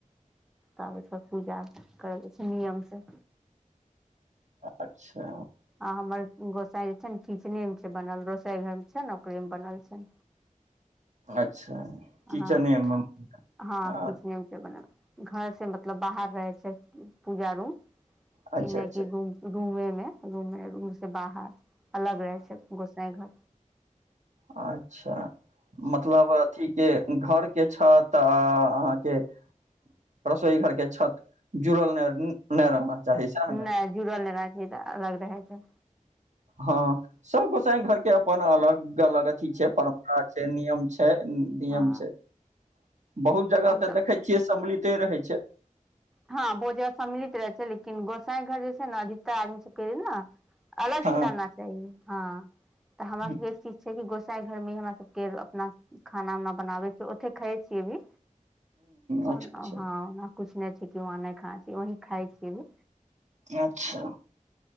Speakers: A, in the centre; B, on the right (about 60°).
A: तब ओहिठियाँ कऽ पूजा करल जाइ छै नियमसँ
B: अच्छा
A: आ हमर गोसाई जे छै ने किचने मे छै बनल रोसोई घर मे छै ने ओकरे मे बनल छै
B: अच्छा किचने
A: हँ
B: मे
A: हँ
B: आ
A: किचने मे छै बनल घर से मतलब बाहर रहै छै पूजा रूम
B: अच्छा
A: ई नहि
B: अच्छा
A: कि रूम रूमे मे रूमे रूम से बाहर अलग रहे छै गोसाईं घर
B: अच्छा मतलब अथी के घर के छत आ अहाँके रसोई घर के छत जुड़ल नहि <unintelligible> चाही सएह ने
A: नहि जुड़ल लेना ची तऽ अलग रहै छै
B: हँ सब गोसाई घरके अपन अलग अलग अथी छै परम्परा छै नियम छै नियम
A: हँ
B: छै बहुत जगह
A: हमसभ
B: तऽ देखै छियै सम्मिलिते रहै छै
A: हँ भोजा सम्मिलित रहै छै लेकिन गोसाई घर जे छै ने अधिकतर आदमी सबके ने अलग
B: हँ
A: ही रहना चाही हँ तऽ हमरा
B: ह
A: सबके एक चीज छै कि गोसाईं घर मे ही हमरा सब के अपना खाना उना बनाबै छियै ओते खाइ छियै भी हँ
B: अच्छा अच्छा
A: कुछ नहि छै वहाँ नहि खाना छी वहीं खाइ छियै भी
B: अच्छा